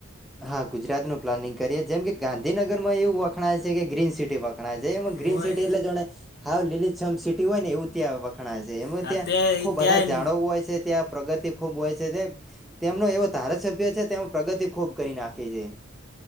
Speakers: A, in the centre; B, on the left.
A: હા ગુજરાત નું પ્લાનિંગ કરીએ જેમ કે ગાંધીનગર માં એવું વખણાય છે કે ગ્રીન સિટી ગ્રીન
B: હોય
A: સિટી એટલે હાવ લીલીમ સિટી હોય ને એવું ત્યાં ણા છે એમાં
B: હા
A: ત્યાં ખુબ
B: ત્યાં
A: બધા જાડવ હોય છે ત્યાં પ્રગતિ ખુબ હોય છે તે તેમનો એવો ધારાસભ્ય છે તેમ પ્રગતિ ખૂબ કરી નાખી છે.